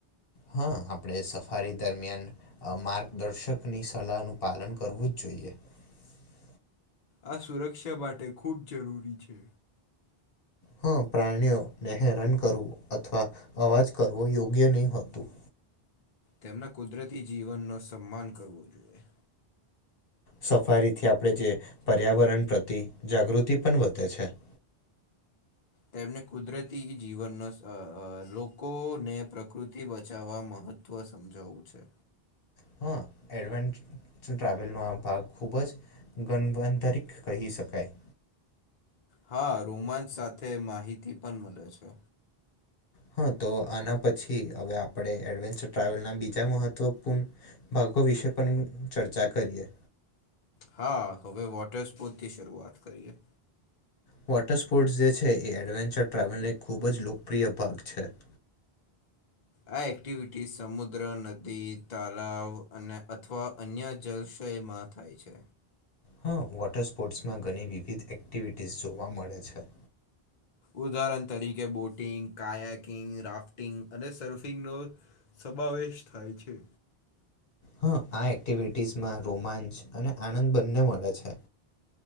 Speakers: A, on the left; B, on the left.
A: હા આપડે સફારી દરમિયાન માર્ગદર્શક ની સલાહ નું પાલન કરવું જ જોઈએ. <unintelligible>
B: આ સુરક્ષા માટે ખૂબ જરૂરી છે.
A: હ પ્રાણીઓને હેરાન કરવું અથવા અવાજ કરવો યોગ્ય નહીં હોતું.
B: તેમના કુદરતી જીવનનો સન્માન કરવો જોઈએ.
A: સફારીથી આપણે જે પર્યાવરણ પ્રતિ જાગૃતિ પણ વધે છે. <inaudible>
B: તેમને કુદરતી જીવનનો લોકોને પ્રકૃતિ બચાવવામાં મહત્ત્વ સમજાવું છે.
A: હા એડવેચ ર ટ્રાવેલનો આ ભાગ ખૂબ જ ગવંતરિત કહી શકાય.
B: હા રોમાંચ સાથે માહિતી પણ મળે છે.
A: હા તો આના પછી હવે આપણે એડવેન્ચર ટ્રાવેલ ના બીજા મહત્વપૂર્ણ ભાગ આ વિશે પણ ચર્ચા કરીએ.
B: હા હવે વોટર સ્પોર્ટથી શરૂઆત કરીએ.
A: વોટર સ્પોર્ટ્સ જે છે એ એડવેન્ચર ટ્રાવેલને ખૂબ જ લોકપ્રિય ભાગ છે. <inaudible>
B: આ એક્ટિવિટી સમુદ્ર નદી તલાવ અને અથવા અન્ય જલ ક્ષયમાં થાય છે.
A: હા વોટર સ્પોર્ટ્સમાં ઘણી વિવિધ એક્ટિવિટીઝ જોવા મળે છે.
B: ઉદાહરણ તરીકે બોટિંગ કયાકિંગ રાફ્ટિંગ અને સર્ફિંગનો સમાવેશ થાય છે.
A: હા આ એક્ટિવિટીસમાં રોમાંચ અને આનંદ બંને મળે છે.